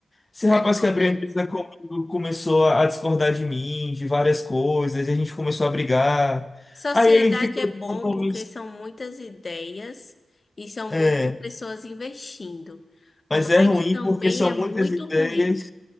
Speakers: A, on the left (about 30°); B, on the left (about 45°).
A: esse
B: É
A: rapaz
B: foda
A: que abriu
B: isso.
A: a empresa comigo começou a discordar de mim, de várias coisas, e a gente começou a brigar.
B: Sociedade
A: Aí ele ficou
B: é bom
A: de compromisso.
B: porque são muitas ideias e são
A: É,
B: muitas pessoas investindo. Mas
A: mas é ruim
B: também
A: porque são
B: é muito
A: muitas ideias.
B: ruim.